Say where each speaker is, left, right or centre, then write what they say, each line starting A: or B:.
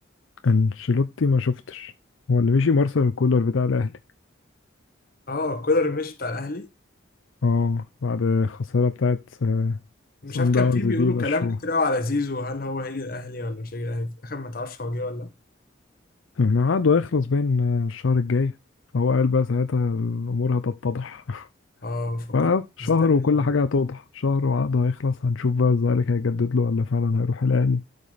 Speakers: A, on the left; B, on the left.
A: أنشيلوتي ما شفتش هو اللي مشي مارسيل كولر بتاع الأهلي
B: اه كولر مش بتاع الاهلي
A: اه بعد الخسارة بتاعت آه،
B: مش
A: صن
B: عارف كان
A: داونز
B: فيه بيقولوا
A: دي مشوه
B: كلام كتير قوي على زيزو هل هو هيجي الاهلي ولا مش هيجي الاهلي في الاخر ما تعرفش هو جه ولا لا
A: ما عقده هيخلص بين آه، الشهر الجاي فهو قال بقى ساعتها الأمور هتتضح <laughs>
B: اه فكله
A: بقى شهر
B: مستني
A: وكل حاجة هتوضح شهر وعقده هيخلص هنشوف بقى الزمالك هيجدد له ولا فعلا هيروح الأهلي